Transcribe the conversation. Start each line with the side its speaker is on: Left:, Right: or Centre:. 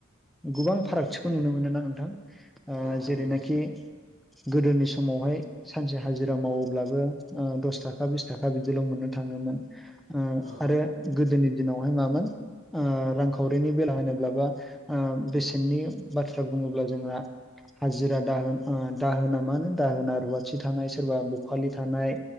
Centre: गोबां फारागथिखौ नुनो मोनोना नोंथां ओ
Left: औ औ
Centre: जेरैनाखि
Left: नंगौ
Centre: गोदोनि स समावहाय सानसे हाजिरा मावोब्लाबो ओ दस थाखा बिस थाखा बिदिल' मोननो थाङोमोन। उम
Left: औ
Centre: आरो गोदोनि दिनावहाय मामोन ओ रांखावरिनि बेला होनोब्लाबा ओ बेसेननि बाथ्रा बुङोब्ला जोङा हाजिरा दाहोन ओ दाहोना मोन दाहोना रुवाथि थानाय सोरबा बखालि थानाय